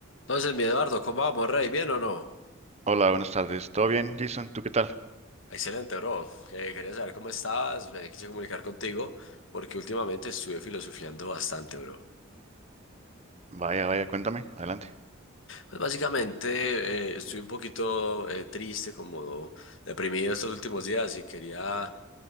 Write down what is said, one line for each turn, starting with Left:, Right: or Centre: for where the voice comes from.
Left: Entonces, mi Eduardo, ¿cómo vamos, Rey? ¿Bien o no?
Right: Hola, buenas tardes. ¿Todo bien, Jason? ¿Tú qué tal?
Left: Excelente, bro. Eh, quería saber cómo estás, me quise comunicar contigo porque últimamente estuve filosofiando bastante, bro.
Right: Vaya, vaya, cuéntame. Adelante.
Left: Pues básicamente eh, estoy un poquito eh, triste, como deprimido estos últimos días y quería,